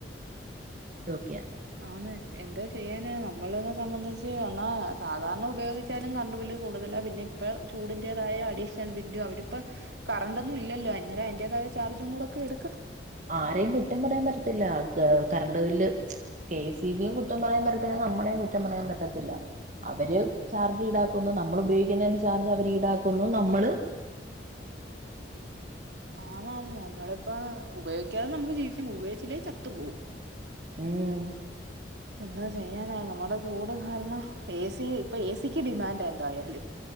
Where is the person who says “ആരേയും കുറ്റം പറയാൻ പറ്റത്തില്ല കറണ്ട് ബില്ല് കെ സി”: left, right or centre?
Right